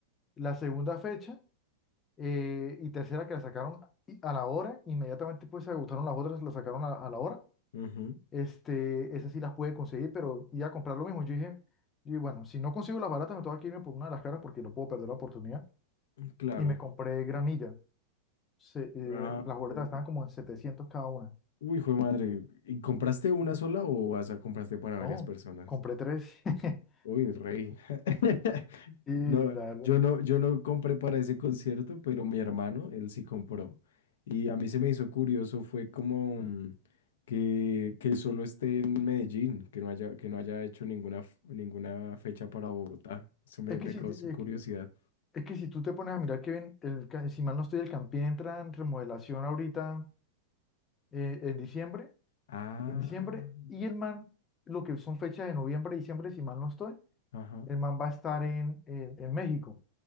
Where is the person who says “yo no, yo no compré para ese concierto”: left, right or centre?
Left